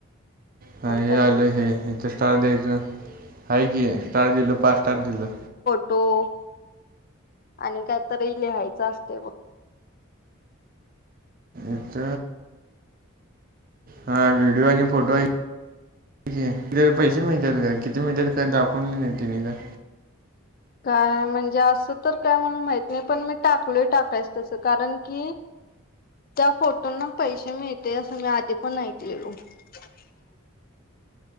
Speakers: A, on the right (about 40°); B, on the left (about 45°).
A: हा, हे
B: त्यात
A: आलं
B: बघ
A: हे इथं स्टार द्यायचं. आहेा की, एक स्टार दिल, पाच स्टार दिलं.
B: ो, आणि कायतरी लिहायच असतय बघ.
A: इथ, हा व्हिडिओ आणि फोटोय,, ठी पैसे मिळतात काय? किती मिळतात का या ते दाखवले नाही तुने काऽ
B: काय म्हणजे असं तर काय मला माहित नाही,, पण मी टाकलोय टाकायच तसं, कारण कीऽ त्या फोटोंना पैसे मिळत्यात, असं मी आधी पण ऐकलेलो. हम्,